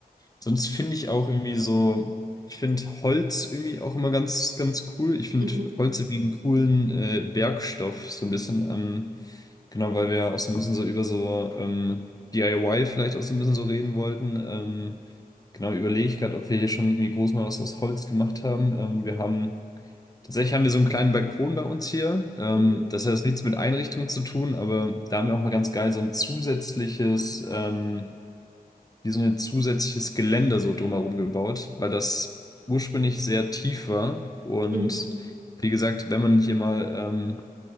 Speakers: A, on the left (about 25°); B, on the right (about 60°).
A: sonst finde ich auch irgendwie so, ich finde Holz irgendwie auch immer ganz, ganz cool. Ich finde
B: Mhm,
A: Holz irgendwie einen coolen äh, Werkstoff, so ein bisschen, ähm, genau, weil wir ja auch so ein bisschen so über so ähm, DIY vielleicht auch so ein bisschen so reden wollten. Ähm, genau, überlege ich gerade, ob wir hier schon irgendwie groß mal was aus Holz gemacht haben. Ähm, wir haben. Tatsächlich haben wir so einen kleinen Balkon bei uns hier. Ähm,
B: mhm,
A: das hat jetzt nichts mit Einrichtungen zu tun, aber da haben wir auch mal ganz geil so ein zusätzliches, ähm, wie so ein zusätzliches Geländer so drumherum gebaut, weil das ursprünglich sehr tief war. Und
B: mhm.
A: wie gesagt, wenn man hier mal ähm,